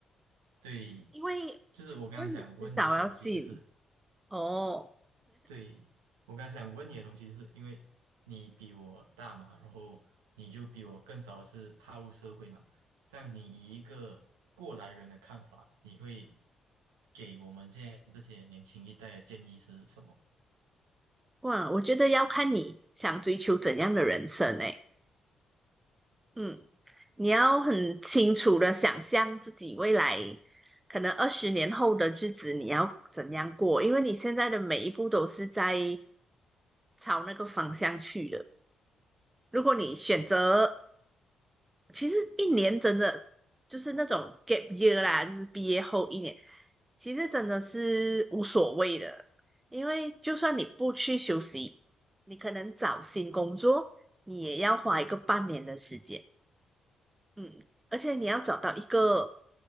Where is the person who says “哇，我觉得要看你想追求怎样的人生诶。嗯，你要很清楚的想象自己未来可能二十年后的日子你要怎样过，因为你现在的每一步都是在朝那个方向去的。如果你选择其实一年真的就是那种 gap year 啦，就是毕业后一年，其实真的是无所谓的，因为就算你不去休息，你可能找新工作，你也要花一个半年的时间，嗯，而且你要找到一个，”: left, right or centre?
Right